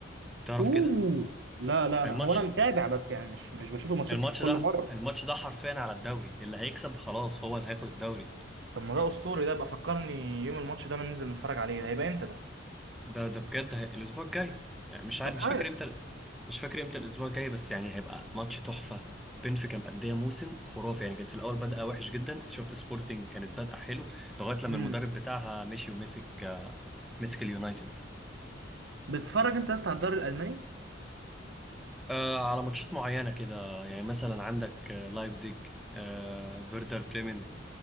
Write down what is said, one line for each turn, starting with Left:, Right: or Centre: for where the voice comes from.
Centre: تعرف
Right: اوه
Centre: كده
Right: لا لا
Centre: الماتش
Right: انا هو انا متابع بس يعني مش مش بشوف الماتشات
Centre: الماتش
Right: كل
Centre: ده
Right: مرة
Centre: الماتش ده حرفيا على الدوري اللي هيكسب خلاص هو اللي هياخد الدوري
Right: طب ما ده اسطوري ده بقى فكرني يوم الماتش ده انا ننزل نتفرج عليه ده هيبقى امتى ده
Centre: ده ده بجد هي... الاسبوع الجاي يعني مش ع...
Right: طب
Centre: مش
Right: حلو
Centre: فاكر امتى مش فاكر امتى الاسبوع الجاي بس يعني هيبقى ماتش تحفه بنفيكا مأديه موسم خرافي يعني كانت في الاول بادئه وحش جدا شفت سبورتنج كانت بادئه حلو لغايه لما
Right: امم
Centre: المدرب بتاعها مشي ومسك مسك اليونايتد
Right: بتتفرج انت يا اسطى على الدوري الالماني
Centre: آه على ماتشات معينه كده يعني مثلا عندك آه، لايبزيج آه فيردر بريمن